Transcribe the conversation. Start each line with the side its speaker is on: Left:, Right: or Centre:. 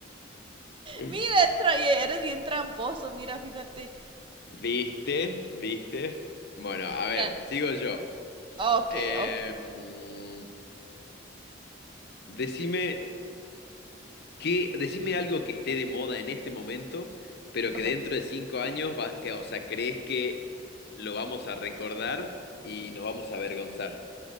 Left: <laughs>
Right: Mira, tra- eres bien tramposo, mira, fíjate.
Left: ¿Viste? ¿Viste? Bueno, a ver,
Right: Ya.
Left: sigo yo.
Right: Ok,
Left: Em,
Right: ok.
Left: decime qué, decime algo que esté de moda en este momento, pero que
Right: Ok.
Left: dentro de cinco años va- que, o sea, crees que lo vamos a recordar y nos vamos a avergonzar.